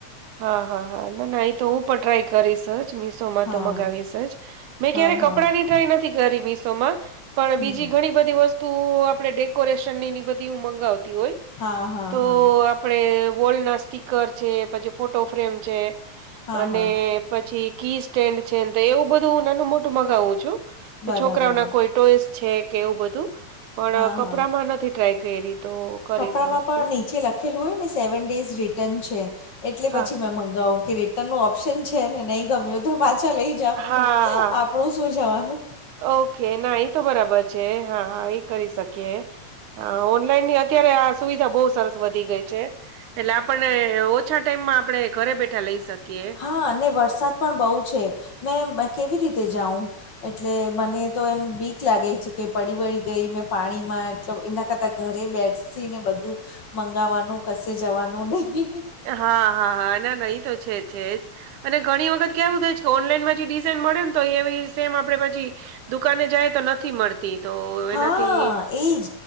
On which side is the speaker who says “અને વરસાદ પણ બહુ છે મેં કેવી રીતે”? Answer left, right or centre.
Left